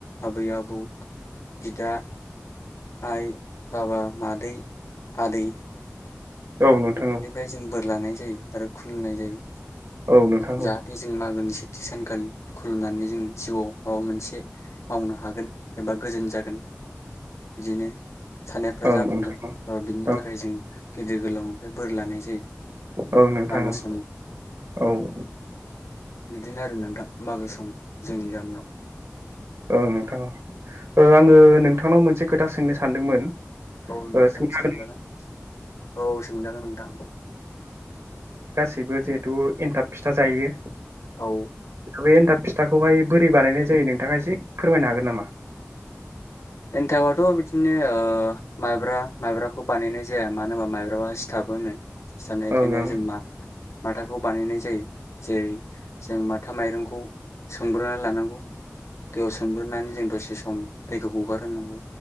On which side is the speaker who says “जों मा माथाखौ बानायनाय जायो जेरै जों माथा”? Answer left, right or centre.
Left